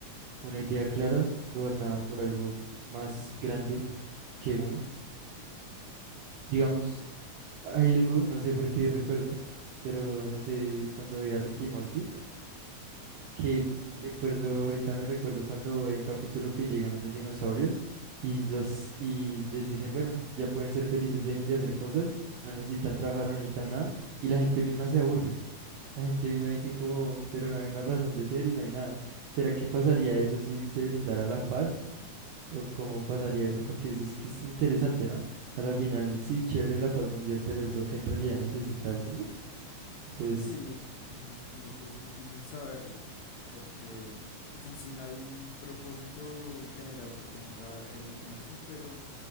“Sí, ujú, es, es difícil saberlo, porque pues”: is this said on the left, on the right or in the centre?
Left